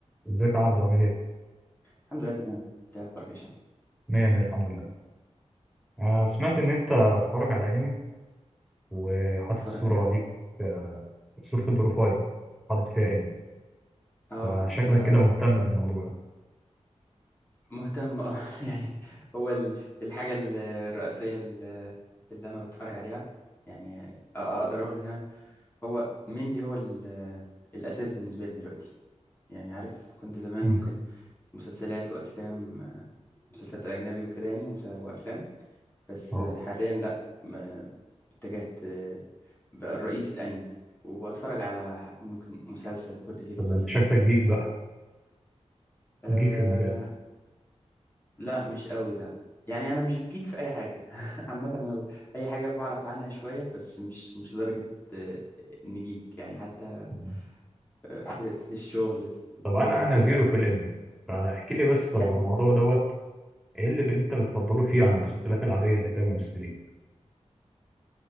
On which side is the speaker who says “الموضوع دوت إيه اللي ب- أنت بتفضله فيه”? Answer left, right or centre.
Centre